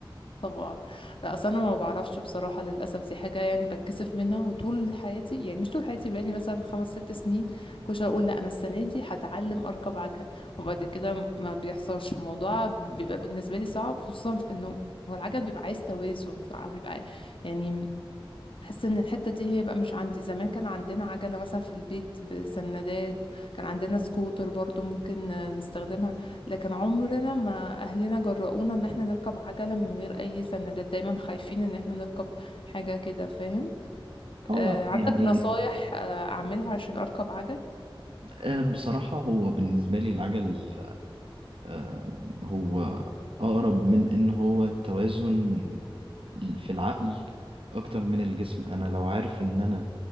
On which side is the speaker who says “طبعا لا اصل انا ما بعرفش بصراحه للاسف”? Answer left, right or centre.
Left